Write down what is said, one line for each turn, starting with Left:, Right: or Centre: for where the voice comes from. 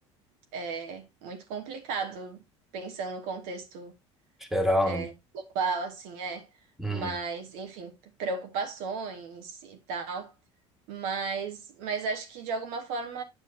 Right: é, muito complicado, pensando no contexto,
Centre: geral,
Right: é,
Centre: né?
Right: global, assim, é.
Centre: Uhum.
Right: Mas, enfim, preocupações e tal. Mas, mas acho que de alguma forma